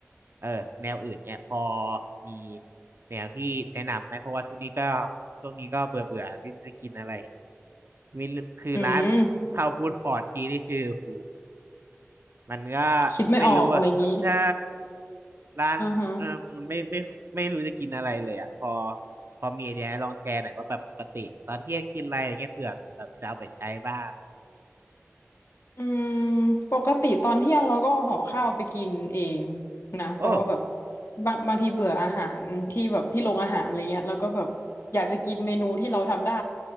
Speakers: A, on the right; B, on the left.
A: เออแนวอื่นเนี่ยพอมีแนวที่แนะนำไหมเพราะว่าโทนี่ก็ช่วงนี้ก็เบื่อเบื่อไม่รู้จะกินอะไรมีคือร้านเข้าฟู้ดคอร์ททีนี่คือโอ้โห
B: อืม
A: มันก็
B: คิดไม่ออกอะไรอย่างนี้
A: ไม่รู้อะใช่ร้านเออมันไม่ไม่ไม่รู้จะกินอะไรเลยอ่ะพอ
B: อ่าฮะ
A: พอมีไอเดียให้ลองแชร์หน่อยว่าแบบปกติตอนเที่ยงกินอะไรอย่างเงี้ยเผื่อแบบจะเอาไปใช้บ้าง
B: อืมปกติตอนเที่ยงเราก็ห่อข้าวไปกินเองนะเพราะว่าแบบ
A: โอ้
B: บางบางทีเบื่ออาหารที่แบบที่โรงอาหารอะไรเงี้ยเราก็แบบอยากจะกินเมนูที่เราทำได้